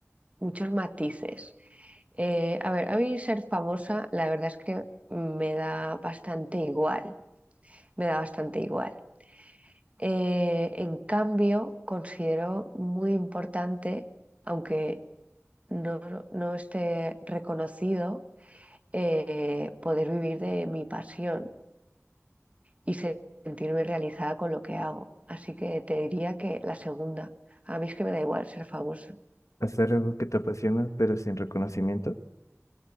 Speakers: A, on the right (about 25°); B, on the left (about 85°).
A: muchos matices. Eh, a ver, a mí ser famosa, la verdad es que me da bastante igual, me da bastante igual. Eh, en cambio, considero muy importante, aunque no, no esté reconocido, eh, poder vivir de mi pasión y se- sentirme realizada con lo que hago. Así que te diría que la segunda. A mí es que me da igual ser famosa.
B: Hacer algo que te apasiona pero sin reconocimiento.